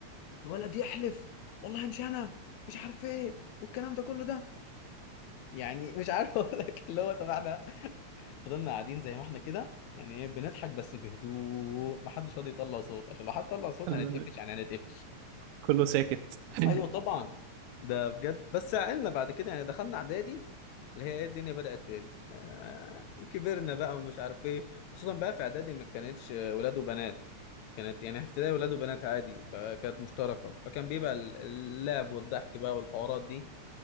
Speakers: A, on the left; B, on the right.
A: الولد يحلف والله مش انا مش عارف ايه والكلام ده كله ده يعني مش عارف <laughs> اقول لك اللي هو طب احنا فضلنا قاعدين زي ما احنا كده يعني ايه بنضحك بس بهدوء ما حدش راضي يطلع صوت عشان لو حد طلع صوت
B: ال-
A: هنتقفش يعني هنتقفش
B: كله ساكت <laughs>
A: ايوه طبعا ده بجد بس عقلنا بعد كده يعني دخلنا اعدادي اللي هي ايه الدنيا بدأت تقل آه كبرنا بقى ومش عارف ايه خصوصا بقى في اعدادي ما كانتش آه، ولاد وبنات كانت يعني في ابتدائي ولاد وبنات عادي فكانت مشتركة فكان بيبقى ال- اللعب والضحك بقى والحوارات دي